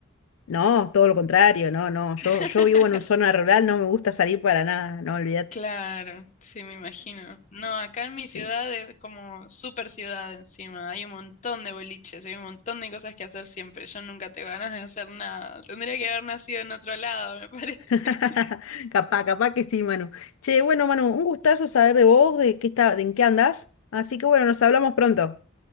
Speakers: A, on the left; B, on the left.
A: No, todo lo contrario, no, no. Yo,
B: <laughs>
A: yo vivo en una zona rural, no me gusta salir para nada, no, olvídate.
B: Claro, sí, me imagino. No, acá en mi
A: Sí.
B: ciudad es como super ciudad encima. Hay un montón de boliches, hay un montón de cosas que hacer siempre. Yo nunca tengo ganas de hacer nada. Tendría que haber nacido en otro lado, me parece.
A: <laughs> Capaz, capaz que sí, Manu. Che, bueno, Manu, un gustazo saber de vos, de qué está, de en qué andás. Así que bueno, nos hablamos pronto.